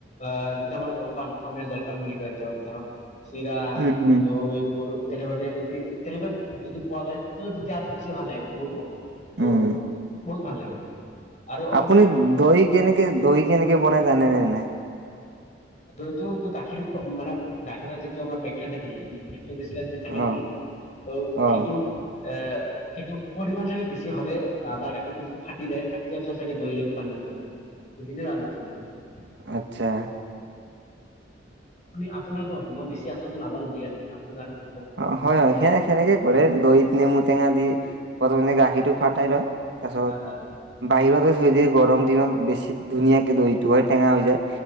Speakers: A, on the left; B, on the right.
A: আহ জমাৰ জল জলপান অসমীয়া জলপান বুলি কয় ধ ধৰক চিৰা,
B: উম উম
A: দৈ, গুৰ তেনেকুৱাকে যদি তেনেকুৱা যদি পোৱা যায় ত তেতিয়া আৰু বেছি ভাল লাগে গুৰ হওক তো
B: উম
A: বহুত ভাল লাগে। আৰু অসমীয়া
B: আপুনি দহি কেনেকে দহি কেনেকে বনাই জানে নে নাই?
A: দৈতটো ত গাখীৰ ফ মানে গাখীৰত যিটো আমাৰ বেক্টেৰিয়া থাকিল লে লেক এইটো বেশি লাষ্ট ডেট থাকে
B: অ
A: নেকি ত'
B: অ
A: সেইটো এ সেইটো পৰিমাণ চাগে বেছি হলে আমাৰ গাখীৰটো যিটো ফাটি যায় ফাটি যোৱাৰ পিছত চাগে দৈ লৈ ৰূপান্তৰি কীটাণু সেইখিনিয়ে জানো আচলতে ম
B: আচ্ছা।
A: আপুনি আপোনাৰ কওক মই বেচি আচলতে নাজানো দৈয়ৰ বিষয়ে আপুনি জানে নে?
B: অ হয় হয়, সে সেনেকে কৰে দৈত নেমু টেঙা দি প্ৰথমতে গাখীৰটো ফাটাই লয় তাৰপিছত
A: হয় হয়
B: বাহিৰতে থৈ দিয়ে। গৰম দিনত বেছি ধুনীয়াকে দৈটো হয় টেঙা হৈ যায়